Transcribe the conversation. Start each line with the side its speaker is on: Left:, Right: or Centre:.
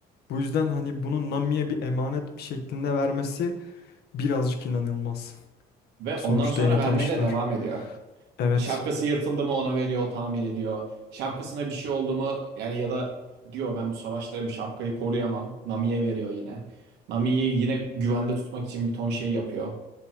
Left: Bu yüzden hani bunu Nami'ye bir emanet bir şeklinde vermesi birazcık inanılmaz.
Right: Ve
Left: Sonuçta
Right: ondan sonra
Left: yeni
Right: vermeye
Left: tanıştılar.
Right: de devam ediyor.
Left: Evet,
Right: Şapkası yırtıldı mı ona veriyor, o tamir ediyor. Şapkasına bir şey oldu mu yani ya da diyor ben bu savaşta bu şapkayı koruyamam. Nami'ye veriyor yine. Nami'yi yine güvende tutmak için bir ton şey yapıyor.